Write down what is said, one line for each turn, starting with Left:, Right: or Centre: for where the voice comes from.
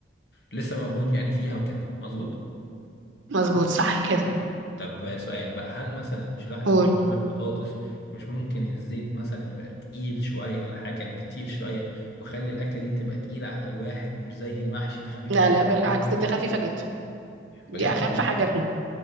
Left: لسه موجود يعني فيها وكده مظبوط
Right: مظبوط صح كده
Left: طب سؤال بقى هل مثلا مش الواحد
Right: قول
Left: لما يحمر البطاطس مش ممكن الزيت مثلا يبقى تقيل شويه ولا حاجه يعني كتير شويه ويخلي الاكله دي تبقى تقيله على الواحد مش زي المحشي الخفيف
Right: لا
Left: اللي
Right: لا بالعكس
Left: بنحبه
Right: دي
Left: كده
Right: خفيفة جدا دي
Left: بجد
Right: أخف حاجة فيها